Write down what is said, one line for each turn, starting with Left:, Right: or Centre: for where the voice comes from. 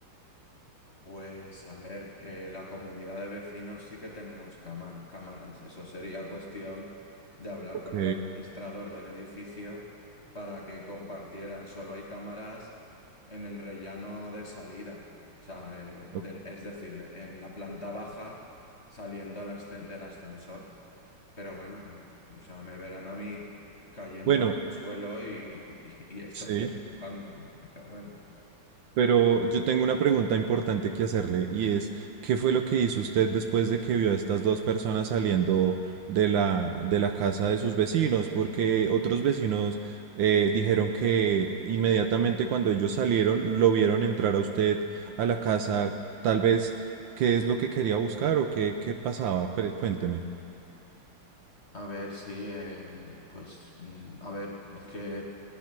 Left: Pues a ver, eh, la comunidad de vecinos sí que tenemos cama- cámaras. Eso sería cuestión de hablar
Right: Ok.
Left: con el administrador del edificio para que compartiera. Solo hay cámaras en el rellano de salida. O sea, eh,
Right: ok.
Left: del- es decir, de- en la planta baja saliendo al ascen- del ascensor. Pero bueno, eh, o sea, me verán a mí cayéndome
Right: Bueno.
Left: al suelo y, <laughs> y, y estos
Right: Sí.
Left: empujándome. Pero bueno.
Right: Pero yo tengo una pregunta importante que hacerle y es, ¿qué fue lo que hizo usted después de que vio a estas dos personas saliendo de la, de la casa de sus vecinos? Porque otros vecinos eh, dijeron que inmediatamente cuando ellos salieron lo vieron entrar a usted a la casa, tal vez, ¿qué es lo que quería buscar o qué, qué pasaba? Pre- cuénteme.
Left: A ver, sí, eh, pues, mm, a ver, es que